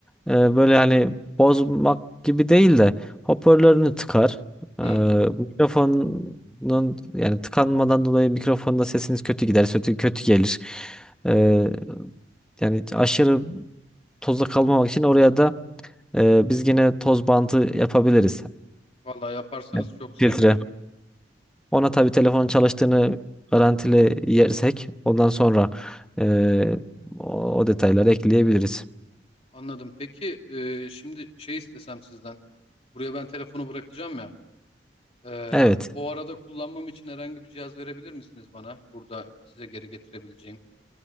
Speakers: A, in the centre; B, on the left (about 35°).
A: e, böyle hani bozmak gibi değil de hoparlörünü tıkar. E,
B: Hmm.
A: mikrofonun yani tıkanmadan dolayı mikrofonda sesiniz kötü gider, kötü, kötü gelir. E, yani aşırı tozda kalmamak için oraya da e, biz yine toz bandı yapabiliriz.
B: Vallahi yaparsanız
A: Evet.
B: çok sevinirim.
A: Filtre. Ona tabii telefonun çalıştığını garantili yersek ondan sonra e, o, o detayları ekleyebiliriz.
B: Anladım. Peki e, şimdi şey istesem sizden. Buraya ben telefonu bırakacağım ya. E,
A: Evet.
B: o arada kullanmam için herhangi bir cihaz verebilir misiniz bana? Burada size geri getirebileceğim.